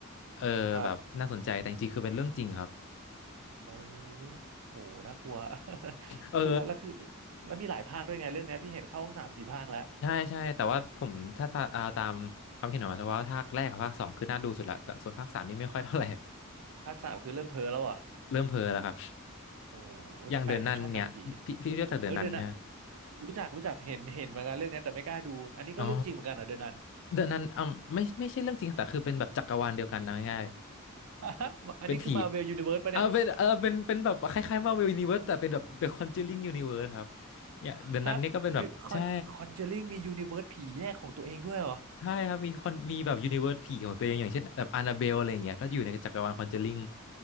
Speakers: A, on the left; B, on the right.
A: เออแบบน่าสนใจแต่จริงๆคือเป็นเรื่องจริงครับ
B: ครับเอ้ยโหน่ากลัว <laughs>
A: เออ
B: พูดแล้วแล้วคือแล้วมีหลายภาคด้วยไงเรื่องเนี้ยพี่เห็นเข้าทั้งสามสี่ภาคแล้ว
A: ใช่ใช่แต่ว่าผมถ้าตาเอาตามความเห็นของมันแต่ว่าภาคแรกกับภาคสองคือน่าดูสุดละแต่ส่วนภาคสามนี่ไม่ค่อยเท่าไหร่
B: ภาคสามคือเริ่มเพ้อแล้วอ่ะ
A: <laughs> เริ่มเพ้อแล้วครับ
B: โอ้
A: อย่างเดินนันเนี่ยพี่พี่เรียกจากเดินนันใช่ไหม
B: แต่แปลกนะชอบหนังผี เออเดอะนันรู้จักรู้จักเห็นเห็นเหมือนกันเรื่องเนี้ยแต่ไม่กล้าดูอันนี้ก็เรื่องจริงเหมือนกันเหรอเดอะนัน
A: อ๋อเดินนันอ่าไม่ไม่ใช่เรื่องจริงแต่คือเป็นแบบจักรวาลเดียวกันเอาง่าย
B: อะอันนี้คือมาเวลยูนิเวิร์สปะเนี่ย
A: ๆเป็นผีอ่าเป็นเออเป็นเป็นแบบคล้ายๆมาเวลยูนิเวิร์สแต่เป็นแบบ The Conjuring Universe ครับเนี่ยเดนนันนี่ก็เป็นแบบใช่
B: <laughs> ฮะคอนคอนเจอริงมียูนิเวิร์สผีแยกของตัวเองด้วยเหรอ
A: ใช่ครับมีคนมีแบบยูนิเวิร์สผีของตัวเองอย่างเช่นแบบ a า n าเบลอะไรอย่างเงี้ยก็อยู่ในจักรวาลคอนเจอริง